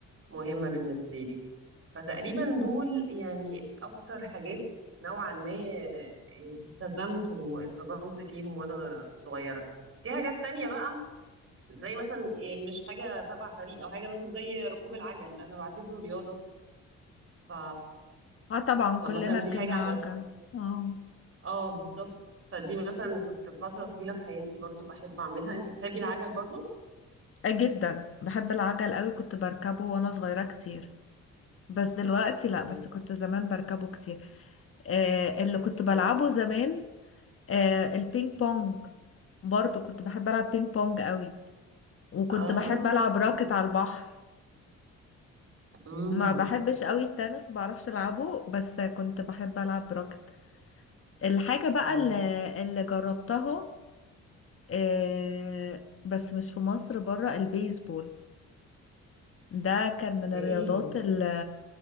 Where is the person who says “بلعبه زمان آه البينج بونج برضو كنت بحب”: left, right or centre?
Left